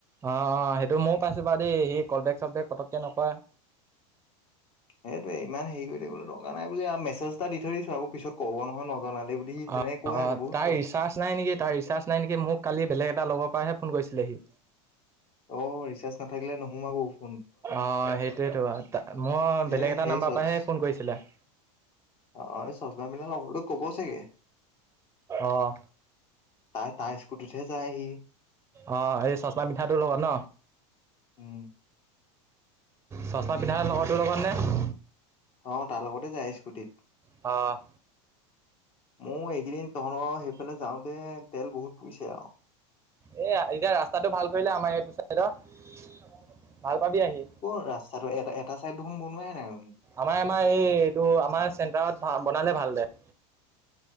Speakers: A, on the right; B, on the left.
A: অঁ অঁ সেইটো মইয়ো পাইছো বাৰু দেই সি কলবেক চলবেক পটকে নকৰে।
B: সেইটোৱে ইমান হেৰি কৰি থাকিবলৈ দৰকাৰ নাই বুলি আৰু মেছেজ এটা দি থৈ দিছো আক' পিছত আকৌ কব নহয় নজনালি বুলি তেনেকে
A: অ'
B: কয়
A: অ'
B: আকৌ বহুত
A: তাৰ
B: কয়।
A: ৰিচাৰ্জ নাই নেকি তাৰ ৰিচাৰ্জ নাই নেকি মোক কালি বেলেগ এটা লগৰ পৰাহে ফোন কৰিছিলে সি।
B: অ' ৰিচাৰ্জ নাথাকিলে নোসোমাবও।
A: অঁ সেইটোৱেতো মই
B: এই
A: বেলেগ এটা
B: হেৰি
A: নাম্বাৰ
B: চচ
A: পৰাহে ফোন কৰিছিলে।
B: অ' এই চশমা পিন্ধা লগৰ টোক কব চাগে।
A: অ',
B: তাৰ তাৰ স্কুটিতহে যায় সি।
A: অ' এই চশমা পিন্ধাটো লগত ন?
B: উম।
A: চশমা পিন্ধা লগৰটোৰ লগত নে?
B: অঁ তাৰ লগতে যায় স্কুটিত।
A: অ'।
B: মইও এইকেইদিন তহঁতৰ লগত সেইফালে যাওঁতে তেল বহুত পুইছে আও।
A: এ এতিয়া ৰাস্তাটো ভাল কৰিলে আমাৰ এইটো চাইদৰ, ভাল পাবি আহি।
B: কৰ ৰাস্তাটো এটা এটা চাইড দেখোন বনোৱাই নাই দেখোন।
A: আমাৰ আমাৰ এই এইটো আমাৰ চেণ্টাৰত বনালে ভাল দে।